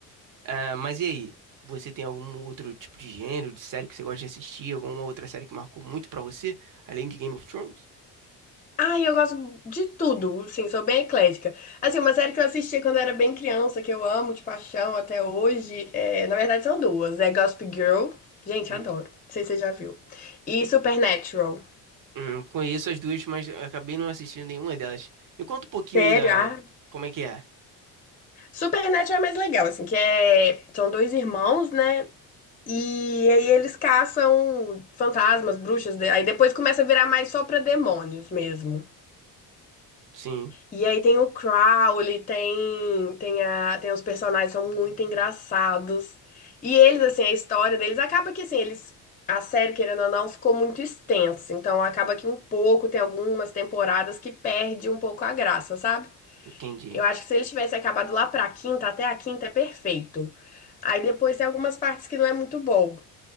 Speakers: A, on the right (about 50°); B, on the left (about 20°).
A: Ah, mas e aí? Você tem algum outro tipo de gênero, de série que você gosta de assistir? Alguma outra série que marcou muito pra você, além de Game of Thrones?
B: Ai, eu gosto de tudo, sim, sou bem eclética. Assim, uma série que eu assisti quando era bem criança, que eu amo de paixão até hoje, é, na verdade são duas, é Gossip Girl, gente,
A: Hum.
B: adoro, não sei se você já viu, e Supernatural.
A: Hum, conheço as duas, mas acabei não assistindo nenhuma delas. Me conta um pouquinho
B: Sério?
A: aí da...
B: Ah,
A: Como é que é?
B: Supernatural é mais legal, assim, que é... São dois irmãos, né? E aí eles caçam fantasmas, bruxas, de- aí depois começa a virar mais só pra demônios mesmo.
A: Sim,
B: E aí tem o Crowley, tem, tem, a, tem os personagens, são muito engraçados. E eles, assim, a história deles acaba que, assim, eles. A série, querendo ou não, ficou muito extensa. Então acaba que um pouco, tem algumas temporadas que perde um pouco a graça, sabe?
A: entendi.
B: Eu acho que se eles tivessem acabado lá pra quinta, até a quinta é perfeito. Aí depois tem algumas partes que não é muito bom.